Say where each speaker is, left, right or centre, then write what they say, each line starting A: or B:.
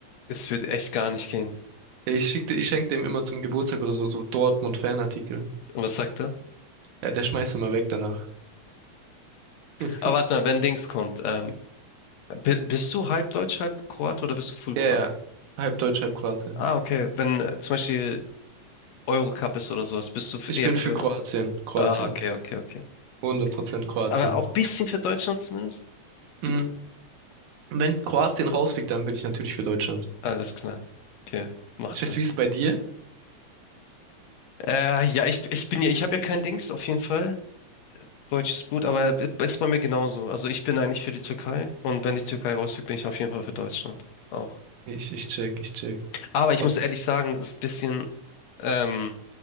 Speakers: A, on the left (about 75°); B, on the right (about 80°).
A: es wird echt gar nicht gehen.
B: Ich schickte, ich schenke dem immer zum Geburtstag oder so, so Dortmund-Fanartikel.
A: Und was sagt er?
B: Ja, der schmeißt immer weg danach. <laughs>
A: Aber warte mal, wenn Dings kommt, ähm, bi- bist du halb Deutsch, halb Kroate oder bist du Full
B: Ja,
A: Kroate?
B: ja. Halb Deutsch, halb Kroate.
A: Ah, okay. Wenn äh, zum Beispiel Eurocup ist oder sowas, bist du f-
B: Ich
A: eher
B: bin
A: für.
B: für Kroatien. Kroatien.
A: Ah, okay, okay, okay.
B: Hundert Prozent Kroatien.
A: Aber auch ein bisschen für Deutschland zumindest?
B: Mhm. Wenn Kroatien rausfliegt, dann bin ich natürlich für Deutschland.
A: Alles klar. Okay, macht
B: Ich weiß,
A: Sinn.
B: wie es bei dir?
A: Äh, ja, ich, ich bin ja, ich habe ja kein Dings, auf jeden Fall. Deutsches Blut, aber ist bei mir genauso. Also ich bin eigentlich für die Türkei und wenn die Türkei rausfliegt, bin ich auf jeden Fall für Deutschland auch.
B: Ich, ich check, ich check.
A: Aber ich
B: What?
A: muss ehrlich sagen, ist ein bisschen, ähm,